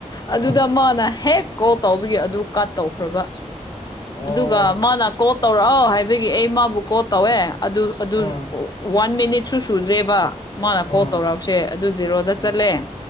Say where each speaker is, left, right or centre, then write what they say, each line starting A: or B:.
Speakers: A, on the left; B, on the left.
A: ꯑꯗꯨꯗ
B: ꯎꯝ
A: ꯃꯥꯅ ꯍꯦꯛ ꯀꯣꯜ ꯇꯧꯕꯤꯒꯦ ꯑꯗꯨ ꯀꯥꯠ ꯇꯧꯈ꯭ꯔꯕ
B: ꯑꯣ
A: ꯑꯗꯨꯒ ꯃꯥꯅ ꯀꯣꯜ ꯇꯧꯔꯛꯑꯣ ꯍꯥꯏꯕꯒꯤ ꯑꯩ ꯃꯥꯕꯨ ꯀꯣꯜ ꯇꯧꯋꯦ ꯑꯗꯨ ꯑꯗꯨ
B: ꯎꯝ
A: ꯋꯥ ꯃꯤꯅꯤꯠꯁꯨꯨ ꯁꯨꯗ꯭ꯔꯦꯕ ꯃꯥꯅ
B: ꯎꯝ
A: ꯀꯣꯜ ꯇꯧꯔꯥꯎꯁꯦ ꯑꯗꯨ ꯖꯦꯔꯣꯗ
B: ꯎꯝ
A: ꯆꯠꯂꯦ